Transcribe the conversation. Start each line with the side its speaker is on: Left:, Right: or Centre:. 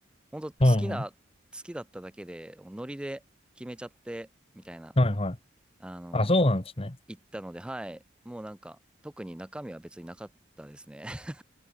Centre: 本当好きな、
Left: はいはい。
Centre: 好きだっただけで、もうノリで決めちゃって、みたいな、
Left: はいはい。
Centre: あの、
Left: あ、そうなんですね。
Centre: 言ったので、はい、もうなんか、特に中身は別になかったですね。<laughs>